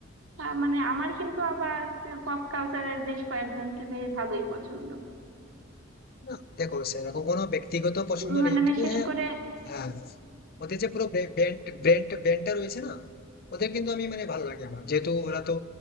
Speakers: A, on the right; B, on the left.
A: আহ, মানে আমার কিন্তু আবার পপ কালচারের বেশ কয়েকজনকে বেশ ভালোই পছন্দ
B: না দেখো সেরকম কোনো ব্যক্তিগত পছন্দ
A: মানে
B: নেই তবে
A: বিশেষ
B: হ্যাঁ
A: করে
B: হ্যাঁ ওদের যে পুরো ব্যান্ড ব্যান্ড ব্যান্ডটা রয়েছে না ওদের কিন্তু আমি মানে ভালো লাগে আমার যেহেতু ওরা তো